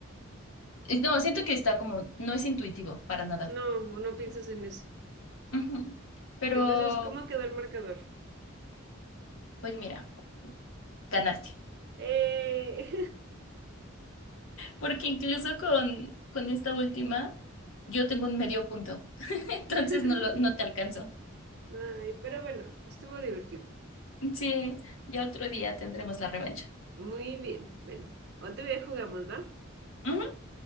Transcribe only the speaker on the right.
No, no piensas en eso.
Entonces, ¿cómo quedó el marcador?
¡Eh!
<laughs>
Ay, pero bueno, estuvo divertido.
Muy bien. Bueno, otro día jugamos, ¿va?